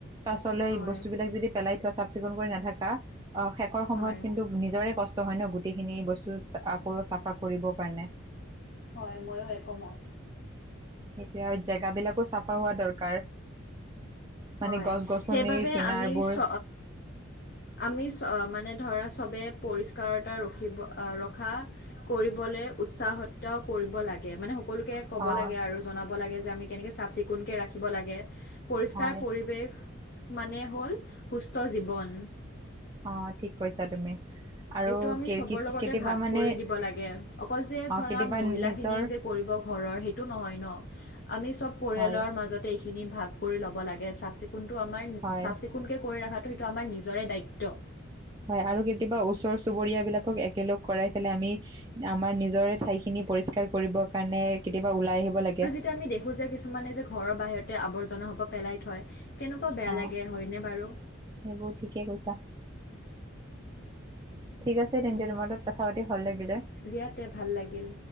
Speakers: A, on the right; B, on the left.
A: পাছলৈ
B: হয়
A: বস্তু বিলাক যদি পেলাই থোৱা চাফ চিকুণ কৰি নাথাকা, অ' শেষৰ সময়ত
B: হয়।
A: কিন্তু নিজৰে কষ্ট হয় ন, গোটেইখিনি বস্তু আকৌ চাফা কৰিবৰ কাৰণে।
B: হয় ময়ো একমত।
A: সেইটোয়ে, আৰু জেগা বিলাকো চাফা হোৱা দৰকাৰ। মানে
B: হয়।
A: গছ গছনিৰ
B: সেইবাবে
A: কিনাৰবোৰ
B: আমি চ আমি মানে ধৰা চবে পৰিষ্কাৰতা ৰখিব ৰখা কৰিবলৈ উৎসাহত কৰিব লাগে। মানে সকলোকে ক'ব
A: অ
B: লাগে আৰু জনাব লাগে যে আমি কেনেকৈ চাফ চিকুণকৈ ৰাখিব লাগে। পৰিষ্কাৰ
A: হয়
B: পৰিৱেশ মানে হ'ল সুস্থ জীৱন।
A: অ' ঠিক কৈছা তুমি। আৰু
B: এইটো আমি
A: কেতিয়াবা
B: চবৰ লগতে ভাগ
A: মানে
B: কৰি দিব লাগে, অকল যে
A: অ
B: ধৰা
A: কেতিয়াবা
B: মহিলাখিনিয়ে
A: নিজৰ
B: যে কৰিব ঘৰৰ, সেইটো নহয় ন আমি চব পৰিয়ালৰ
A: হয়
B: মাজতে এইখিনি ভাগ কৰি ল'ব লাগে। চাফ চিকুণটো আমাৰ
A: হয়
B: চাফ চিকুণকৈ কৰি ৰখাটো সেইটো আমাৰ নিজৰে দায়িত্ব।
A: হয়। আৰু কেতিয়াবা ওচৰ চুবুৰীয়া বিলাকক একেলগ কৰাই পেলাই আমি আমাৰ নিজৰে ঠাইখিনি পৰিষ্কাৰ কৰিবৰ কাৰণে কেতিয়াবা ওলাই আহিব লাগে।
B: তিয়া আমি দেখো যে কিছুমানে যে ঘৰৰ বাহিৰতে আৱৰ্জনা খোপা পেলাই থয়। কেনেকুৱা বেয়া
A: অ
B: লাগে হয়নে বাৰু?
A: সেইবোৰ ঠিকে কৈছা। ঠিক আছে তোমাৰ তেন্তে তোমাৰ কথা পাতি ভাল লাগিলে।
B: দিয়া তে ভাল লাগিল